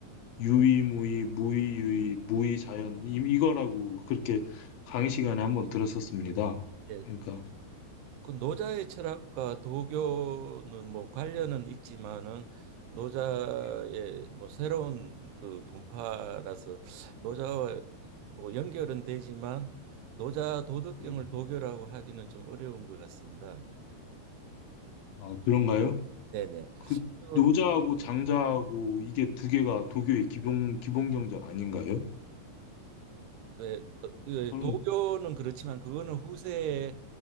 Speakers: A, on the left; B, on the right.
A: 유의무의, 무의유의, 무의자연 이- 이거라고 그렇게 강의 시간에 한번 들었었습니다.
B: 예.
A: 그러니까
B: 그 노자의 철학과 도교는 뭐 관련은 있지만은 노자의
A: 예,
B: 뭐 새로운 그 분파라서 노자와 뭐 연결은 되지만 노자 도덕경을
A: 예.
B: 도교라고 하기는 좀 어려운 것 같습니다.
A: 아, 그런가요?
B: 네네.
A: 그
B: 그리고
A: 노자하고 장자하고 이게 두 개가 도교의 기본 기본 경전 아닌가요?
B: 네, 어, 예,
A: 저는
B: 도교는 그렇지만 그거는 후세에